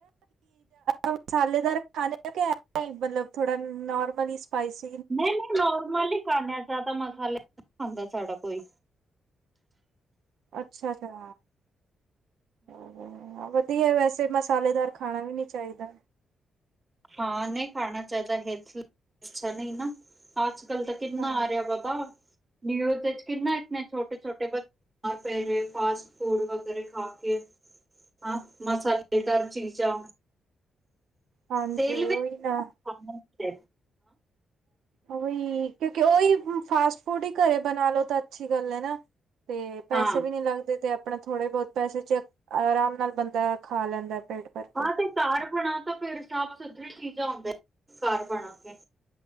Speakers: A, on the right; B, on the right.
A: ਮਸਾਲੇਦਾਰ ਖਾਣੇ ਆ ਕੇ ਏਵੇਂ ਈ ਮਤਲਬ ਥੋੜ੍ਹਾ ਨੋਰਮਲੀ ਸਪਾਈਸ
B: ਨਈਂ, ਨਈਂ ਨੋਰਮਲੀ ਈ ਖਾਂਣੇ ਆਂ, ਜ਼ਿਆਦਾ ਮਸਾਲੇ ਖਾਂਦਾ ਸਾਡਾ ਕੋਈ
A: ਅੱਛਾ, ਜਾ ਹਂ, ਵਧੀਆ ਵੈਸੇ ਮਸਾਲੇਦਾਰ ਖਾਣਾ ਵੀ ਨੀਂ ਚਾਈਦਾ।
B: ਹਾਂ ਨਈਂ ਖਾਣਾ ਚਾਈਦਾ। ਹੈਲਥ ਲਈ ਅੱਛਾ ਨਈਂ ਨਾਂ। ਅੱਜ-ਕਲ ਤਾਂ ਕਿੰਨਾ
A: ਹਾਂ,
B: ਆ ਰਿਆ ਬਾਬਾ, ਨਿਊਜ਼ ਦੇਚ ਕਿੰਨਾ ਇਤਨੇ ਛੋਟੇ-ਛੋਟੇ ਬੱਚ ਦੁਪਹਿਰੇ ਫਾਸਟ ਫੂਡ ਵਗੈਰਾ ਖਾ ਕੇ ਹਾਂ ਮਸਾਲੇਦਾਰ ਚੀਜ਼ਾਂ।
A: ਹਾਂਜੀ
B: ਤੇਲ ਵਿੱਚ
A: ਓਈ ਨਾਂ
B: ਹਾਂ। ਹੈ
A: ਉਈ, ਕਿਉਂਕਿ ਓਈ ਫਾਸਟ ਫੂਡ ਈ ਘਰੇ ਬਣਾ ਲੋ ਤਾਂ ਅੱਛੀ ਗੱਲ ਐ ਨਾਂ। ਤੇ ਪੈਸੇ
B: ਹਾਂ
A: ਵੀ ਨੀਂ ਲੱਗਦੇ ਤੇ ਅਪ ਆਪਣਾ ਥੋੜੇ ਬੋਤ ਪੈਸੇ ਚ, ਆਰਾਮ ਨਾਲ ਬੰਦਾ ਖਾ ਲੈਂਦਾ ਪੇਟ ਭਰ ਕੇ।
B: ਹਾਂ ਤੇ ਘਰ ਬਣਾਓ ਤਾਂ ਫੇਰ ਸਾਫ਼ ਸੁਥਰੀ ਚੀਜ਼ਾਂ ਔਂਦਾ ਘਰ ਬਣਾ ਕੇ।